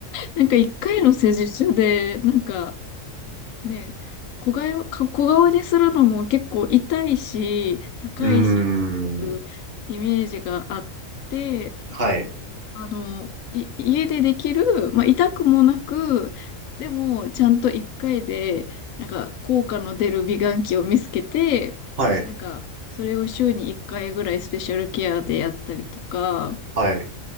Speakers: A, on the left; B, on the right.
A: なんか一回の施術で、なんかね、小顔、か小顔にするのも結構痛いし、高いしっていうイメージがあって、
B: うーん。はい。
A: あの、い、家でできる、まあ、痛くもなく、でも、ちゃんと一回で、なんか、効果の出る美顔器を見つけて、
B: はい。
A: なんか、それを週に一回ぐらいスペシャルケアでやったりとか、
B: はい。